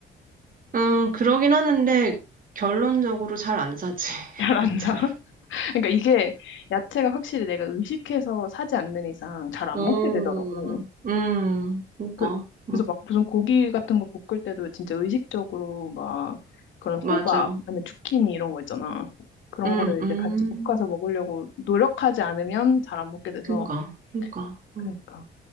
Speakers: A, on the right; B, on the left.
A: 음, 그러긴 하는데, 결론적으로 잘 안 사지, <laughs>
B: <laughs> 잘 안
A: 야채를.
B: 사. <laughs> 그러니까 이게 야채가 확실히 내가 의식해서 사지 않는 이상 잘 안
A: 음,
B: 먹게 되더라고.
A: 음, 그니까.
B: 그, 그래서
A: 음,
B: 막 무슨 고기 같은 거 볶을 때도 진짜 의식적으로 막 그런
A: 맞아.
B: 호박, 아니면 주키니 이런 거 있잖아. 그런
A: 음,
B: 거를
A: 음,
B: 이제 같이 볶아서 먹으려고 노력하지 않으면 잘 안 먹게 돼서.
A: 그니까, 그니까. 음.
B: 그러니까